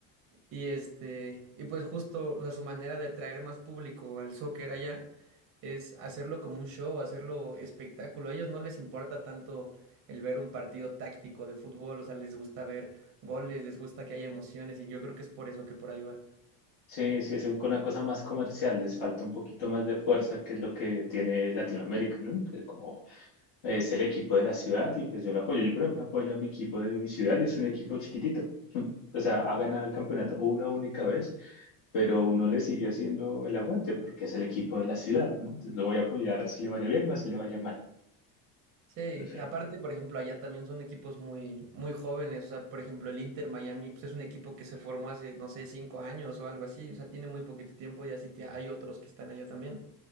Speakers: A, on the right (about 35°); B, on the left (about 60°).
A: Y este, y pues justo, o sea, su manera de atraer más público al soccer allá es hacerlo como un show, hacerlo espectáculo. A ellos no les importa tanto el ver un partido táctico de fútbol, o sea, les gusta ver goles, les gusta que haya emociones, y yo creo que es por eso que por ahí va.
B: Sí, sí, es un- una cosa más comercial, les falta un poquito más de fuerza, que es lo que tiene Latinoamérica, ¿no? Que como Es el equipo de la ciudad y pues yo lo apoyo. Yo, por ejemplo, apoyo a mi equipo de mi ciudad y es un equipo chiquitito. <laughs> O sea, ha ganado el campeonato una única vez, pero uno le sigue haciendo el aguante porque es el equipo de la ciudad, ¿no? Entonces lo voy a apoyar así le vaya bien o así le vaya mal.
A: Sí,
B: O sea,
A: y aparte, por ejemplo, allá también son equipos muy, muy jóvenes. O sea, por ejemplo, el Inter Miami, pues es un equipo que se formó hace, no sé, cinco años o algo así. O sea, tiene muy poquito tiempo y así te- hay otros que están allá también.